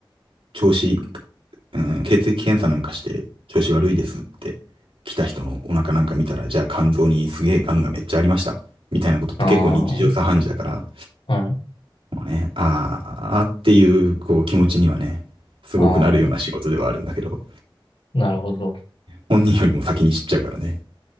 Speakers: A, on the right (about 85°); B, on the left (about 85°).
A: 調子、うん、血液検査なんかして調子悪いですって、来た人のお腹なんか見たら、じゃあ肝臓にすげえ癌がめっちゃありました。みたいなことって結構日常茶飯事だから、
B: ああ、はい。
A: もうね、あーあーっていう、こう気持ちにはね、すごくなるような仕事ではあるんだけど、
B: ああ、なるほど。
A: 本人よりも先に知っちゃうからね。